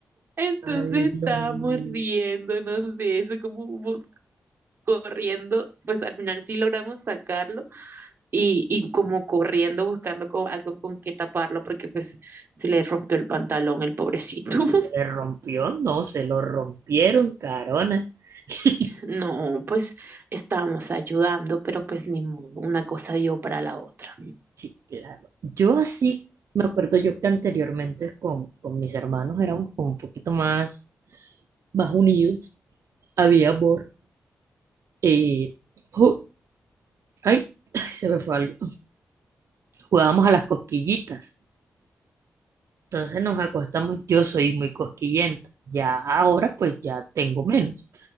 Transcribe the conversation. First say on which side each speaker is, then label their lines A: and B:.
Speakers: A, on the right; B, on the right.
A: Entonces
B: Ay,
A: estábamos
B: Dios mío.
A: riéndonos de eso, como bus- corriendo, pues al final sí logramos sacarlo y, y como corriendo buscando co- algo con que taparlo porque pues se le rompió el pantalón el pobrecito. <laughs>
B: ¿Se le rompió? No, se lo rompieron, carona. <laughs>
A: No, pues estábamos ayudando, pero pues ni modo, una cosa dio para la otra.
B: Sí, claro. Yo así, me acuerdo yo que anteriormente con, con mis hermanos éramos como un poquito más, más unidos, había amor. eh, ju- ay, <clears throat> se me fue algo. Jugábamos a las cosquillitas. Entonces nos acostamos, yo soy muy cosquillenta. Ya ahora pues ya tengo menos,